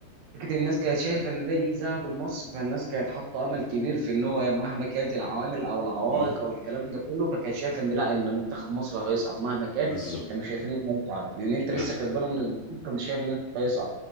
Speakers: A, on the right (about 75°); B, on the left (about 85°).
A: فكرة الناس كانت شايفة إن ده جيل ذهب لمصر فالناس كانت حاطة أمل كبير في إن هو مهما كانت العوامل أو العوائق
B: مم.
A: أو الكلام ده كله فكانت شايفة إن لا إن منتخب مصر هيصعد مهما كان
B: بالظبط
A: كانوا شايفين إنه هيصعد لأن أنت
B: بالظبط.
A: لسه كسبانه من أسبوعين كنت شايف إن أنت هيصعد